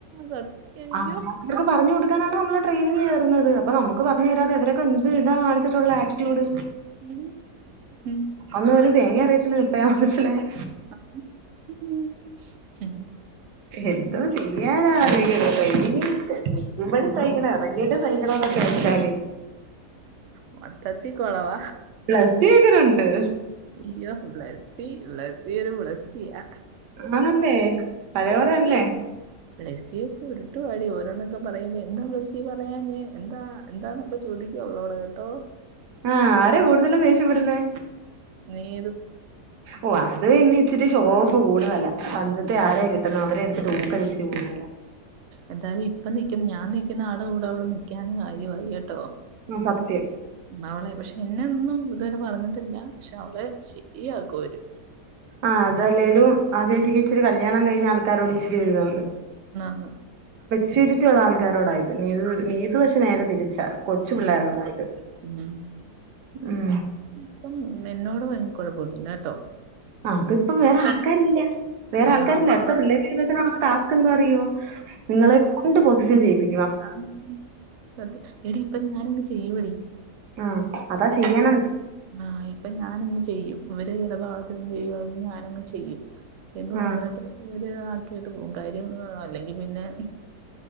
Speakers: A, on the right; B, on the right.
A: സത്യം അയ്യോ
B: ആഹ് ഇവർക്ക് പറഞ്ഞു കൊടുക്കാനാണ് നമ്മ ട്രെയിനിങ് കയറുന്നത് അപ്പൊ നമക്ക് പറഞ്ഞു തരാതെവര് കെന്ത് ഇതാ കാണിച്ചിട്ടുള്ള ആറ്റിറ്റ്യൂഡ്
A: ഉം ഉം
B: അന്ന് ഒരു തേങ്ങേ അറിയത്തില്ല ഴാ മനസ്സിലായേ
A: <inaudible>
B: എന്തോ ചെയ്യാനാന്നാലിയിക്കണം ട്രെയ്നി നിൽക്കുമ്പഴും സയ്ക്കണം ഞ്ഞിട്ടും സഹിക്കണം ന്നൊക്കെ ഓർത്താല്
A: മൊത്തത്തിക്കോളവാ
B: ബ്ലസി എങ്ങനുണ്ട്
A: അയ്യോ ബ്ലസി ബ്ലസി ഒരു ബ്ലാസിയാ
B: ആണല്ലേ പഴയപോലെ തന്നെ
A: ബ്ലസ്സി ഒക്കെ ഉരുട്ടുവാടി ഓരോന്നൊക്കെ പറയുമ്പോ എന്താ ബ്ലസ്സി പറയഞ്ഞെ എന്താ എന്താന്നൊക്കെ ചോദിക്ക അവളോട് കേട്ടോ
B: ആഹ് ആരാ കൂടുതലും ദേഷ്യ പെടുന്നേ
A: നീതു
B: ഓ അത് ഇനി ഇച്ചിരി ഷോ ഓഫ് കൂടുതല്ല തഞ്ചത്തി
A: ഉം ഉം
B: ആരെയാ കിട്ടു ട്ടുന്നെ അവരെ എടുത്തിട്ട് ഉക്കൽ ഇച്ചിരി കൂടുതൽ ആഹ്
A: എന്തായാലും ഇപ്പൊ നിക്കുന്ന ഞാൻ നിക്കുന്ന ആടെ കൂടെ അവള് നിക്കഞ്ഞെ കാര്യമായി കേട്ടോ
B: ആഹ് സത്യം
A: അവളെ പക്ഷെ എന്നെ ഒന്നും ഇതുവരെ പറഞ്ഞിട്ടില്ല പക്ഷെ അവളെ ശരിയാക്കുവര്
B: ആഹ് അതല്ലേലും ആഹ് ചേച്ചിക്ക് ഇച്ചരി കല്യാണം കഴിഞ്ഞ ആൾ ആൾക്കാരോട് ഇച്ചിരി ഓര് ഇതുണ്ട്
A: എന്നാന്ന്
B: ചുരിറ്റിയുള്ള ആൾക്കാരോടായത് നീതു നീതു പക്ഷെ നേരെ തിരിച്ചാ കൊച്ചു
A: ഉം
B: പിള്ളേരോടായത്
A: ഉം
B: ഉം
A: ഇപ്പം എന്നോട് ഭ കുഴപ്പൊന്നില്ല കേട്ടോ
B: അത് ഇപ്പം വേറെ ആൾക്കാരില്ല വേറെ
A: ആഹ്
B: ആൾക്കാരില്ല അടുത്തപിള്ള ടാസ്ക് എന്താറിയുമോ നിങ്ങളെ കൊണ്ട് പൊസിഷൻ ചെയ്പി
A: ആന്ന് സത്യം എടി ഇപ്പ ഞാൻ അങ്ങ് ചെയ്യുവെടി
B: ആ അതാ
A: ഇപ്പൊ
B: ചെയ്യണം
A: ഞാന് ആഹ് ഇപ്പൊ ഞാനങ്ങ് ചെയ്യും ഇവര് ചില ഭാഗത്തന്ന് ചെയ്യുവാണെങ്കിൽ ഞാനങ്ങ് ചെയ്യും ച്യുമ്പ
B: ആ
A: വന്നിട്ട് ഒരു ആക്കിട്ട് പോവും കാര്യം അല്ലെങ്കിൽ പിന്നെ